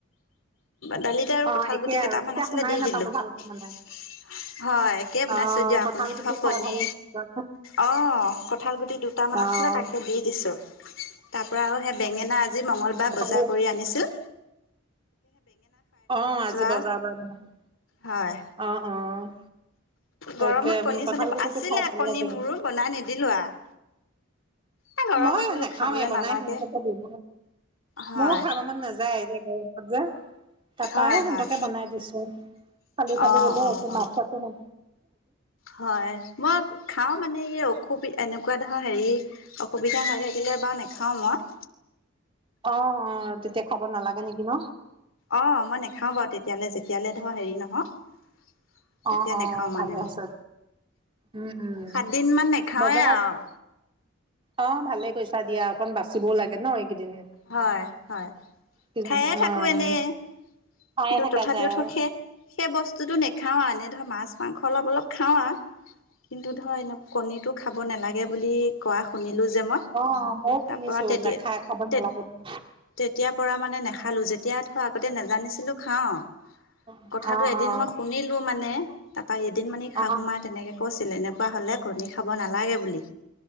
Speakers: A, on the left (about 85°); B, on the right (about 25°).
A: দালিতে আৰু
B: অ',
A: কঁঠাল
B: একেই
A: গুটি কেইটামান
B: আৰু তেতিয়া
A: আছিলে
B: শুনাই
A: দি
B: নাপালো
A: দিলো।
B: ভালকে
A: হয়,
B: মানে।
A: একেই বনাইছোঁ
B: অ',
A: দিয়ক,
B: কঁঠাল
A: আপুনি
B: গুটি
A: ধৰক
B: খাই
A: কণী,
B: ভাল লাগে।
A: অ' কঠাল গুটি দুটামান
B: অ',
A: আছিলে, তাকে দি দিছো। তাৰ পৰা আৰু সেই বেঙেনা আজি মঙ্গলবাৰ
B: ভালে
A: বজাৰ কৰি আনিছোঁ।
B: অ' আজি
A: আৰু
B: বজাৰ পৰা আনিলোঁ,
A: হয়
B: অ' অ'।
A: গৰমত
B: তাকে,
A: কণী চনী
B: কঠাল গুটিটো
A: আছিলে
B: খোৱা ভালো
A: কণী
B: লাগে
A: মোৰো
B: কিন্তু।
A: বনাই নিদিলো আৰু গৰমত
B: মইও
A: বোলো
B: নাখাওঁৱে,
A: খাবলে
B: বনাই
A: নালাগে
B: সিহঁতকে দিওঁ,
A: হয়
B: ময়ো খাব মন নাযায়ে, এই যে গৰম যে, তাৰপা
A: হয়
B: সিহঁতকে
A: হয়
B: বনাই দিছোঁ, খালি খালি
A: অ
B: বোলোঁ
A: অ
B: একো
A: অ
B: মাছ-চাছো নাই
A: হয়, মই খাওঁ মানে এই অখুবি-এনেকুৱাত ধৰ হেৰি, অসুবিধা হৈ থাকিলে বাৰু নাখাওঁ মই।
B: অ' অ' তেতিয়া খাব নালাগে নেকি ন?
A: অ' মই নেখাও বাৰু তেতিয়ালে, যেতিয়ালে ধৰ হেৰি নহও। তেতিয়া
B: অ অ
A: নেখাওঁ মানে
B: ভালে
A: মই।
B: হৈছে উম উম
A: সাতদিন মান নাখাওঁৱে
B: বজাৰত
A: আৰু
B: অ' ভালে কৰিছা দিয়া অকন বাচিবও লাগে ন
A: হয় হয়
B: কেইদিন
A: খায়ে থাকো
B: অ' অ'
A: এনেই
B: খায়ে
A: কিন্তু
B: থাকা
A: তথাপিও
B: যায়
A: ধৰক, সেই-সেই বস্তুটো নেখাও আৰু এনেই ধৰক মাছ মাংস অলপ অলপ খাওঁ আৰু কিন্তু ধৰ এনে-কণীটো খাব নালাগে বুলি কোৱা শুনিলোঁ যে মই,
B: অ মইও শুনিছো
A: তাৰপৰা তেতিয়া-তেত
B: নাখাই খাব নালাগে বুলি।
A: তেতিয়াৰ পৰা মানে নাখালোঁ, যেতিয়া ধৰাক আগতে নেজানিছিলোঁ খাওঁ আহ।
B: অ'
A: কথাটো এদিন
B: অ
A: মই শুনিলোঁ মানে, তাৰপৰা এদিন মানে শাহু
B: অ
A: মাই তেনেকে কৈছিলে, এনেকুৱা হ'লে ক'ত দেখাব নালাগে বুলি।